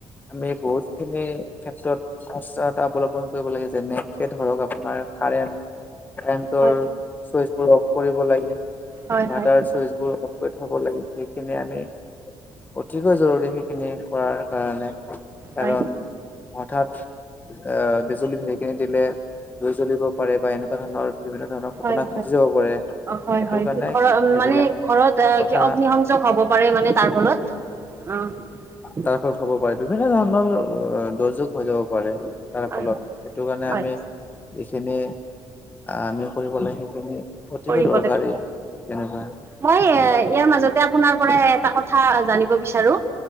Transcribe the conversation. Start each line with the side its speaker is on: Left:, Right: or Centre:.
Left: আমি বহুত খিনি ক্ষেত্ৰত সচতা অৱলম্বন কৰিব লাগে যেনেত। ধৰক আপোনাৰ কাৰেণ্ট কাৰেণ্টৰ
Right: হয়
Left: চুইচ বোৰ অফ কৰিব লাগে।
Right: হয় হয়
Left: বাটাৰ
Right: হয়
Left: চইচ বোৰ অফ কৰি থব লাগে সেইখিনি আমি। অতিকৈ জৰুৰী সেইখিনি কৰাৰ। কাৰণ
Right: হয়
Left: হঠাৎ আহ বিজুলী ধেৰেকনি দিলে। জুই জ্বলিব পাৰে বা এনেকুৱা ধৰণৰ বিভিন্ন ধৰণৰ ঘটনা
Right: হয়
Left: ঘটি যাব পাৰে
Right: হয়
Left: সেইটো
Right: হয়
Left: কাৰণে।
Right: ঘৰ
Left: এইবিলাক
Right: মানে ঘৰত অ
Left: কথা
Right: কি অগ্নিসংযক হ'ব পাৰে মানে তাৰ ফলত। আহ
Left: তাৰ ফলত বিভিন্ন ধৰণৰ অ দুৰ্যোগ হৈ যাব পাৰে। তাৰ
Right: হয়
Left: ফলত
Right: হয়
Left: সেইটো কাৰণে
Right: হয়
Left: আমি যিখিনি আমি কৰিব লাগে সেইখিনি? অতিকৈ
Right: কৰিব
Left: দৰকাৰী
Right: লাগে হয়
Left: তেনেকুৱা।
Right: মই এ
Left: হয়
Right: ইয়াৰ মাজতে আপোনাৰ পৰা এটা কথা জানিব বিচাৰো।